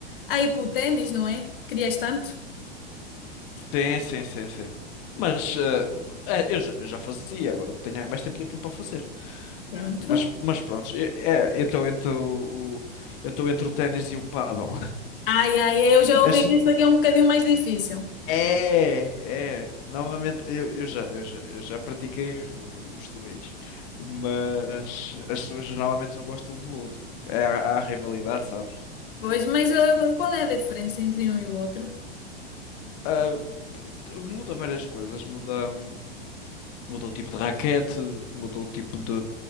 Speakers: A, on the left; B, on the left.
A: aí para o ténis, não é? Querias tanto?
B: Sim, sim, sim, sim. Mas eh, eh, eu já, eu já fazia, agora tenho mais tempo livre para fazer.
A: Pronto.
B: Mas, mas pronto, é, é, eu estou entre o, o- eu estou entre o ténis e o pádel.
A: Ai, ai, eu já
B: <laughs>
A: ouvi
B: Esta-
A: que este aqui é um bocadinho mais difícil.
B: É, é. Normalmente eu, eu já, eu já, eu já pratiquei os, os dois, mas as pessoas normalmente não gostam um do outro. É, há, há rivalidade, sabes?
A: Pois, mas ah, qual é a diferença entre um e o outro?
B: Ah, muda várias coisas, muda. hum, Mudou o tipo de raquete, mudou o tipo de,